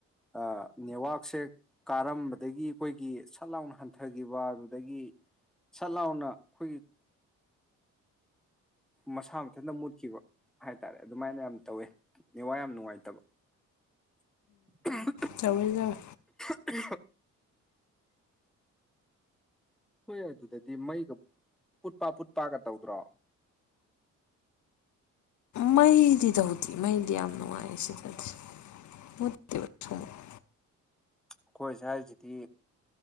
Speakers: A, in the centre; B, on the left (about 70°).
A: ꯑꯥ ꯅꯦꯠꯋꯥꯛꯁꯦ ꯀꯥꯔꯝꯕꯗꯒꯤ ꯑꯈꯣꯏꯒꯤ ꯁꯠ ꯂꯥꯎꯅ ꯍꯟꯊꯈꯤꯕ ꯑꯗꯨꯗꯒꯤ ꯁꯠ ꯂꯥꯎꯅ ꯑꯈꯣꯏꯒꯤ ꯃꯁꯥ ꯃꯊꯟꯇ ꯃꯨꯠꯈꯤꯕ ꯍꯥꯏꯇꯥꯔꯦ ꯑꯗꯨꯃꯥꯏꯅ ꯌꯥꯝ ꯇꯧꯋꯦ ꯅꯦꯠꯋꯥꯛ ꯌꯥꯝ ꯅꯨꯡꯉꯥꯏꯇꯕ <unintelligible>
B: ꯆꯥꯎ <unintelligible>
A: <unintelligible> ꯍꯣꯏ ꯑꯗꯨꯗꯗꯤ ꯃꯩꯒ ꯄꯨꯠꯄ ꯄꯨꯠꯄꯒ ꯇꯧꯗ꯭ꯔꯣ
B: ꯃꯩꯗꯤ ꯇꯧꯗꯤ ꯃꯩꯗꯤ ꯌꯥꯝ ꯅꯨꯡꯉꯥꯏ ꯁꯤꯗꯗꯤ ꯃꯨꯠꯇꯦꯕ ꯁꯨꯡꯃꯨꯠ
A: ꯑꯈꯣꯏ ꯁꯥꯏꯁꯤꯗꯤ